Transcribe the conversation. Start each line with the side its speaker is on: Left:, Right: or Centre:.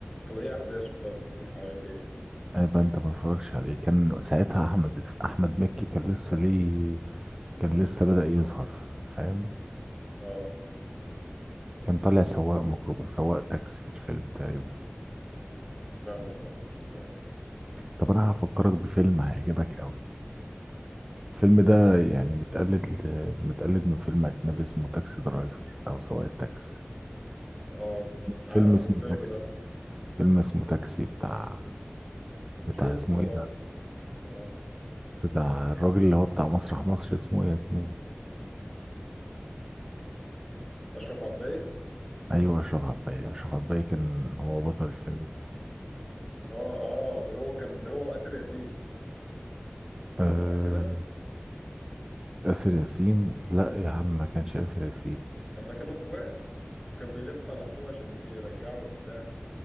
Centre: طب إيه أحداثه طيب بتدور حوالين إيه؟
Right: يبقى انت ما اتفرجش عليه كان ساعتها احمد احمد مكي كان لسه ليه كان لسه بدأ يظهر فاهم
Centre: اه
Right: كان طالع سواق ميكروباص سواق تاكسي في الفيلم تقريبا
Centre: لا ما سمعتوش الصراحة
Right: طب انا هفكرك بفيلم هيعجبك قوي الفيلم ده يعني متقلد متقلد من فيلم أجنبي اسمه تاكسي درايفر أو سواق التاكسي
Centre: اه
Right: فيلم
Centre: عارفه
Right: اسمه
Centre: الفيلم
Right: تاكسي
Centre: ده
Right: فيلم اسمه تاكسي بتاع بتاع
Centre: شفته
Right: اسمه
Centre: سمعت
Right: إيه ده
Centre: سمعت
Right: بتاع الراجل اللي هو بتاع مسرح مصر اسمه إيه يا زميلي
Centre: اشرف عباي
Right: أيوه أشرف عباية أشرف عباية كان هو بطل الفيلم ده
Centre: اه اه هو كان هو واسر ياسين
Right: آه،
Centre: صح كده
Right: آسر ياسين لا يا عم ما كانش آسر ياسين
Centre: اما كانوا اخوات وكان بيلف على اخوه عشان يجي يرجعه وبتاع